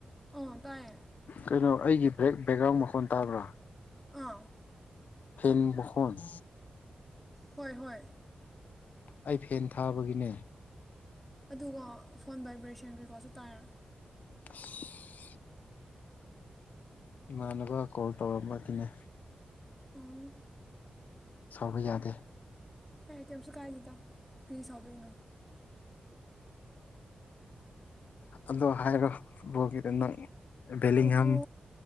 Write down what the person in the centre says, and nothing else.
ꯑꯣ ꯇꯥꯏꯌꯦ
ꯑꯥ
ꯍꯣꯏ ꯍꯣꯏ
ꯑꯗꯨꯒ ꯐꯣꯟ ꯚꯏꯕ꯭ꯔꯦꯁꯟ ꯀꯩꯀꯣꯁꯨ ꯇꯥꯏꯔ
ꯑꯣ
ꯀꯔꯤ ꯀꯌꯝꯁꯨ ꯀꯥꯏꯗ‌ꯦꯗ ꯀ‌ꯩ ꯁꯥꯎꯗꯣꯏꯅꯣ
ꯑꯗꯣ